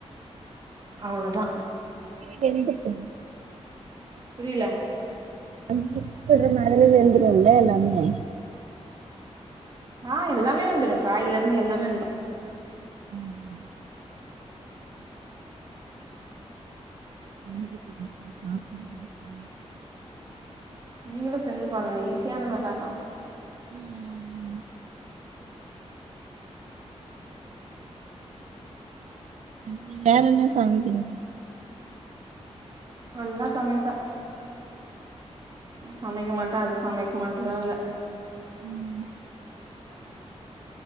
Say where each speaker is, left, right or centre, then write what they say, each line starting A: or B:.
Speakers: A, on the right; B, on the right.
A: அவ்ளோதா
B: வேந்தட்டு
A: புரியல
B: அஞ்சு விசில் விடுறதால வெந்தரும்ல எல்லாமே
A: ஆ எல்லாமே வெந்துரு காயில இருந்து எல்லாமே வெந்துரு
B: ம். நன்றிப்பா <unintelligible>
A: நீங்களு செஞ்சு பாருங்க ஈஸியான வேல தா
B: உம் உம் உம் ‌ அப்புறோ வேற என்ன சமைப்பீங்க
A: நல்லா சமைப்பே இது சமைக்க மாட்டே அது சமைக்க மாட்டேலா இல்ல
B: உம்